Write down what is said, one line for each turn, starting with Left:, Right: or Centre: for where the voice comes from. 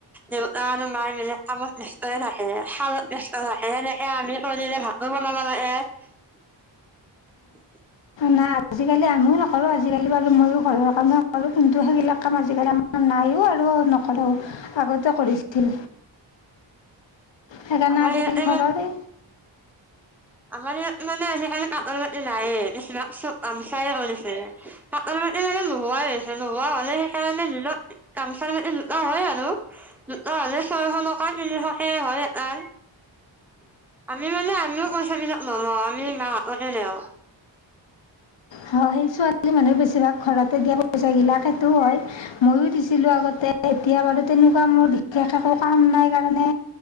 Centre: দেউতা আৰু মায় মানে কামত ব্যস্তয় থাকে শালত ব্যস্ত থাকে সেনেকে আমি কৰিে ভাতো বনাব লাগে <unintelligible> <inaudible>
Left: না আজিকালি আমিও নকৰোঁ। আজিকালি বাৰু মইয়ো ঘৰৰ কামে কৰোঁ। কিন্তু সেইবিলাক কাম আজিকালি আমাৰ নাইয়ো আৰু নকৰো আগতে কৰিছিল। সেইকাৰনে
Centre: আমাৰ
Left: আজিকালি
Centre: ইয়াতে
Left: ঘৰৰে
Centre: আমাৰ ইয়াত মানে আজিকালি কাটৰ মাটি নাইয়ে। বেছিভাগ চব গামচাই কৰিছে কাটৰ মাটি মানে নোহোৱাই হৈছে নোহোৱা হলে সেইকাৰণে নিলত গামচা মাটি লোটা হয় আৰু লোটা হ'লে ছয়শ নকা তিনিশকে হয় <unintelligible> আমি মানে আমিও পইচাবিলাক নলও আমি মাহত হে লও
Left: হয় সেই ছোৱালী মানুহে বেছিভাগ ঘৰতে দিয়া পইচা বিলাকেতো হয় মইয়ো দিছিলোঁ আগতে এতিয়া বাৰু তেনেকুৱা মোৰ বিশেষ একো কাম নাই কাৰণে